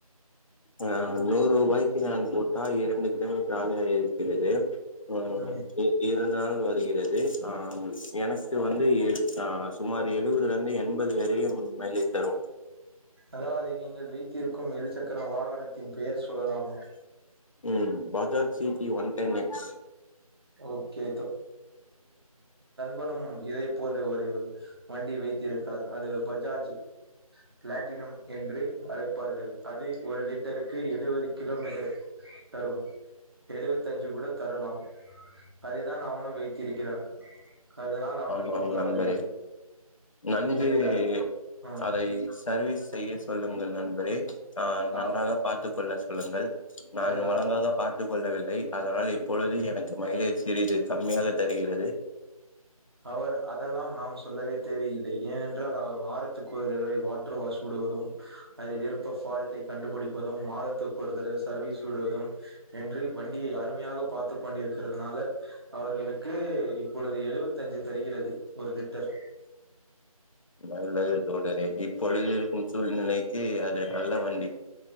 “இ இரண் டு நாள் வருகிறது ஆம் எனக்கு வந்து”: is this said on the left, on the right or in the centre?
Left